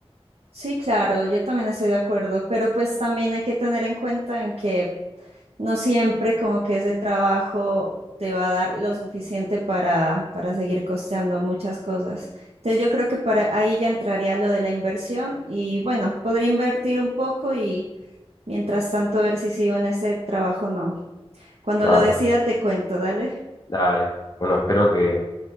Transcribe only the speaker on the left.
Claro,
dale. Bueno, espero que,